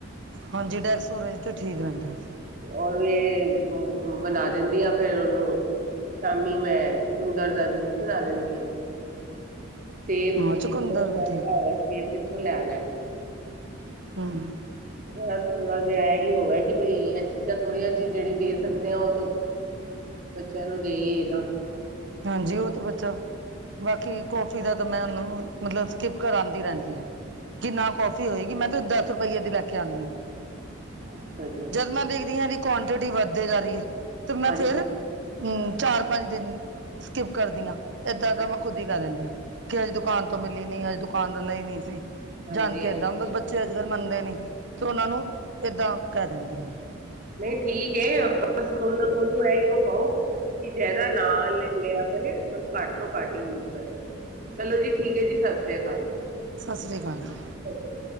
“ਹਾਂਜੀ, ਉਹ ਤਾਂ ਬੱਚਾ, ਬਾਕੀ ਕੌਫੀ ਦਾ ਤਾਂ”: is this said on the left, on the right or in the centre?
Right